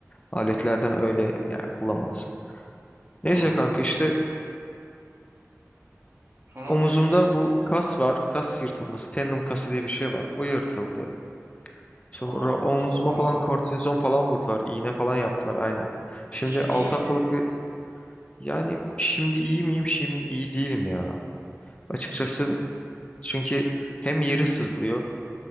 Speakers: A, on the left (about 25°); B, on the right (about 55°).
A: Aletlerden öyle yani kullanmalısın. Neyse
B: anladım.
A: kanka işte
B: Sonra
A: omuzumda
B: düşünce
A: bu kas var. Kas yırtılması. Tendon kası diye bir şey var. O yırtıldı. Sonra
B: aa
A: omzuma
B: ciddi olamazsın.
A: falan kortizon falan vurdular. iğne falan yaptılar aynen. Şimdi
B: Peki şimdi
A: 6
B: iyi misin?
A: haftalık bir yani şimdi iyi miyim? Şimdi iyi değilim ya. Açıkçası çünkü hem yeri sızlıyor.